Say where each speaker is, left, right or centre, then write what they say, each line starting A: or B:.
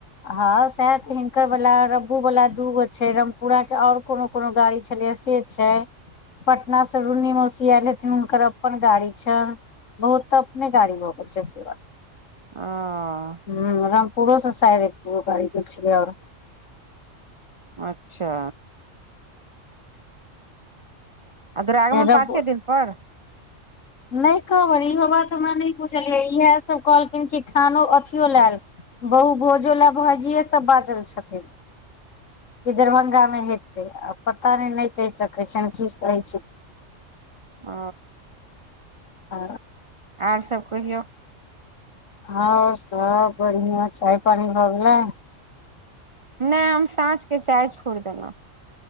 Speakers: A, on the left; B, on the right.
A: हँ सैह त हिनकर वला रब्बू वला दू गो छैय रमपुरा के आओर कोनो कोनो गाड़ी छलैय से छैय। पटना से रून्नी मौसी आयल हेथिन हुनकर अपन गाड़ी छनि। बहुत तऽ अपने गाड़ी भ गेल छै
B: हँ
A: हँ रामपुरो से शायद एको गाड़ी गेल छलैयौ
B: अच्छा। आ दुरागमन
A: रब्बू
B: पाँचे दिन पर?
A: नहि कहब इहो बात हमरा नहि बूझल अहि इएहसभ कहलखिन कि खानो अथियो लायल बहु भोजो लै भैजिए सब बाजल छथिन। कि दरभंगामे हेते आ पता नहि कहि सकैत छी की सब होइ छै।
B: ओ
A: आ
B: आओर सब कहियौ।
A: आओर सब बढ़ियां चाय पानी भऽ गेलै?
B: नहि हम साँझके चाय छोड़ि देलहुँ।